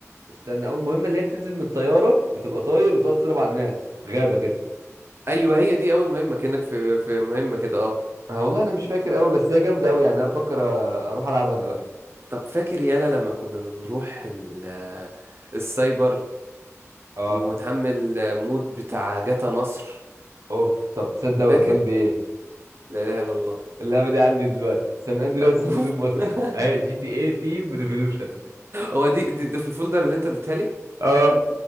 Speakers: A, on the right (about 85°); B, on the right (about 50°).
A: استنى أول مهمة اللي هي بتنزل من الطيارة بتبقى طاير وتقعد تضرب على الناس في غابة كده
B: ايوه هي دي اول مهمة كأنك في في مهمة كده اه
A: أه والله أنا مش فاكر أوي بس هي جامدة أوي يعني أنا بفكر أ- أروح ألعبها دلوقتي
B: طب فاكر يالا لما كنا بنروح ال- السايبر
A: أه
B: ونحمل مود بتاع جاتا مصر
A: أوف طب تصدق وقفتان
B: فاكر
A: بإيه
B: لا اله الا الله
A: اللعبة دي عندي دلوقتي سان أندرياس
B: اوف
A: مود المصري
B: <laughs>
A: أهي جي تي إيه تيم ريفولوشن
B: هو دي, دي, دي في الفولدر اللي انت اديتها لي
A: أه